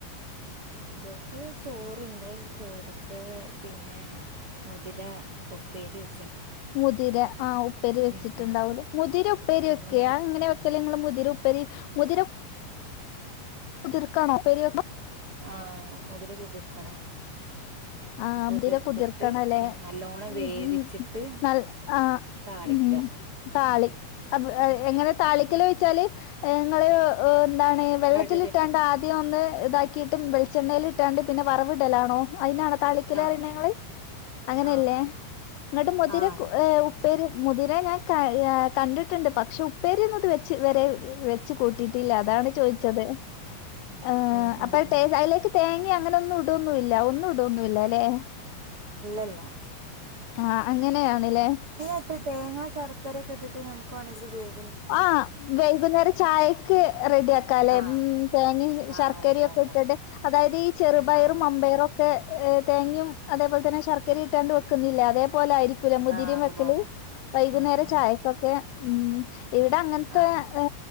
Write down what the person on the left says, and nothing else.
മുതിര ആ ഉപ്പേരി വെച്ചിട്ടുണ്ടാവലേ
മുതിര ഉപ്പേരി
വെക്കുക അത് എങ്ങനെ വെക്ക നിങ്ങൾ മുതിര മുതിര കുതിർക്കണോ ഉപ്പേരി
ആ
മുതിര കുതിർക്കണല്ലേ
ഉം
ഉം നല്ല ആ
മ് താളി അ എങ്ങനെ താളിക്കല്
വെച്ചാല് നിങ്ങള് എന്താണ് വെള്ളത്തിട്ടാണ്ട
ആദ്യം ഒന്ന് ഇതാക്കിയിട്ടും വെളിച്ചെണ്ണൽ ഇിട്ടാണ്ട് പിന്നെ വറവിടലാണോ അതിന താളിക്കല്
പറേണങ്ങള് അങ്ങനെയല്ലേ
ഇങ്ങട്ട് മുതിര
കൂ ഉപ്പേരി മുതിര ഞാൻ കണ്ടിട്ടുണ്ട് പക്ഷെ ഉപ്പേരിയൊന്നും ഇത് വെച്ച് വെരെ വെച്ച് കൂട്ടീട്ടില്ല അതാണ് ചോയിച്ചത് ഏ
അപ്പതില്
തേങ്ങ അയിലേക്ക് തേങ്ങിയര അങ്ങനൊന്നും ഇടൊന്നുല്ല ഒന്നുടു ടൊന്നുല്ല ല്ലേ
ആ അങ്ങനെയാണ് ലേ
ആ വെയ്കുന്നേരം ചായക്ക് റെഡിയാക്ക ല്ലെ
ഉം തേങ്ങിം ശർക്കരിയൊക്കെ
ഇട്ടിട്ട് അതായത് ഈ ചെറുപയറും
മമ്പയറൊക്കെ ഏ തേങ്ങയും അതേപോലെ തന്നെ ശർക്കരിയും ഇട്ടാണ്ട് വെക്കുന്നില്ലേ അതേ പോലായിരിക്കൂ ലെ മുതിരിയും
വെക്കല് വൈകുന്നേരം
ചായക്കൊക്കെ ഉം ഇവിടെ അങ്ങനത്തെ
ഏ